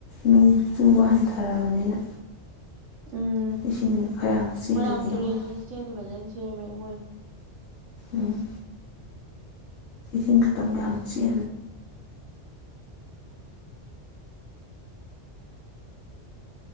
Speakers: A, on the left; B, on the right.
A: ꯅꯣꯡ ꯆꯨꯕ ꯍꯟꯊꯔꯕꯅꯤꯅ
B: ꯎꯝ
A: ꯏꯁꯤꯡ ꯈꯔ ꯌꯥꯝ ꯆꯦꯜꯂꯗꯤ
B: ꯃꯣꯏꯔꯥꯡ ꯇꯨꯔꯦꯟꯗꯤ
A: ꯌꯦꯡꯉꯣ
B: ꯁꯦꯝꯗ ꯐꯖꯅ ꯁꯦꯝꯃꯦ ꯃꯣꯏꯦ
A: ꯎꯝ ꯀ ꯃꯇꯝ ꯆ